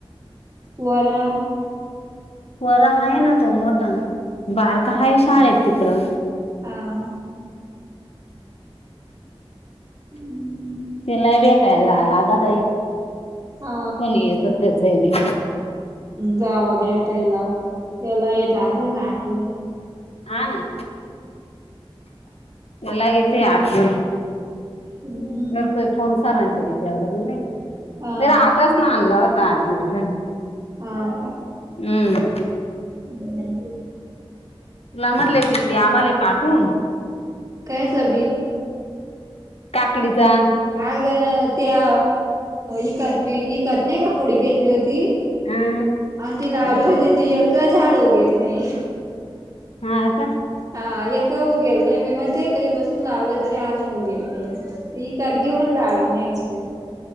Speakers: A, on the right; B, on the left.
A: वरा
B: वरा आहे ना. तो मोठा बारका आहे शाळेत तिकडं.
A: हा. हम्म
B: त्याला व त्याला लागातय.
A: हा
B: कोणी येत त्याचय बी.
A: जावा भेटायला. त्याला येत असल ना आठवण.
B: हा ना. त्याला येतेय आठवण.
A: ह <inaudible>
B: करतोय फोन सारांच्या याच्यावरुन ना.
A: हा
B: तर आताच ना आणला होता. आठ दिवस झाले.
A: हा का
B: हम्म.
A: हम्म.
B: तुला म्हणले बी दे आम्हाले पाठवून.
A: कायच बी?
B: काकडीचा.
A: अग ना त्या इकत बी. इकत नाही का पुढी घेतली होती?
B: अं,
A: आण ती
B: आहे
A: लावलली
B: ना फोन
A: होती. ती एक झाड उगेल नाये.
B: हा का?
A: हा एक उगेल नाये. मी म्हणते कधी बसून लावेलं तरी अजून उगेल नाये. ते इकत घेऊन लावेल नाही इ त.